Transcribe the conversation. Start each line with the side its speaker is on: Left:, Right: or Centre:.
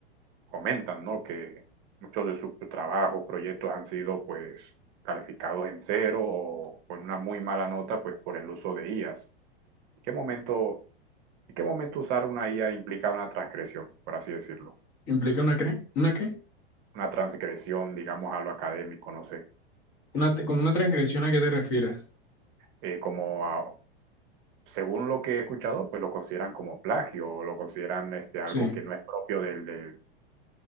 Right: comentan, ¿no? Que muchos de sus trabajos, proyectos han sido pues calificados en cero o con una muy mala nota pues por el uso de IAs. ¿En qué momento, en qué momento usar una IA implica una transgresión, por así decirlo?
Left: ¿Implica una, cre- una qué?
Right: Una transgresión, digamos, a lo académico, no sé.
Left: Una, te- con una transgresión a qué te refieres.
Right: Eh, como a, según lo que he escuchado, pues lo consideran como plagio o lo consideran este, algo
Left: Sí.
Right: que no es propio del, del,